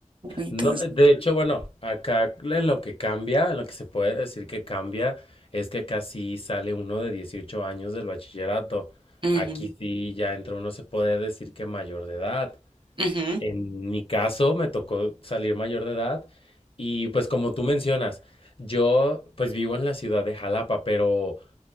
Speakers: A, on the right (about 40°); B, on the left (about 45°).
A: Entonces,
B: No, de hecho, bueno, acá en lo que cambia, en lo que se puede decir que cambia, es que acá sí sale uno de 18 años del bachillerato.
A: ujú,
B: Aquí sí ya entra uno, se puede decir que mayor de edad.
A: ujú,
B: En mi caso me tocó salir mayor de edad y pues como tú mencionas, yo pues vivo en la ciudad de Jalapa, pero